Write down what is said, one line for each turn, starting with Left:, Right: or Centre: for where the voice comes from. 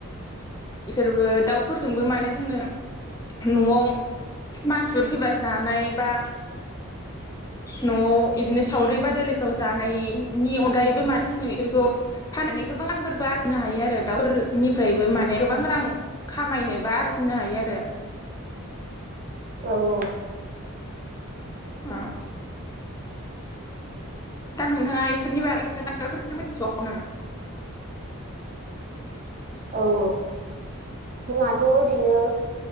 Left: इसोरबो दाउफोरजोंबो माने जोङो न'आव मानसिफोर फैबा जानाय बा न'वाव इदिनो सावरि बादालिफ्राव जानायनि अनगायैबो मा जोङो बिसोरखौ फाननानै गोबां रांफोरबो आरजिनो हायो आरो दाउफोरनिफ्रायबो माने गोबां रां खामायनोबा आरजिनो हायो आरो।
Right: औ औ
Left: उम दा नोंथाङा बेफोरनि बागै नों माबाफोर मिथिबावौ नामा?
Right: औ औ जोङाथ' ओरैनो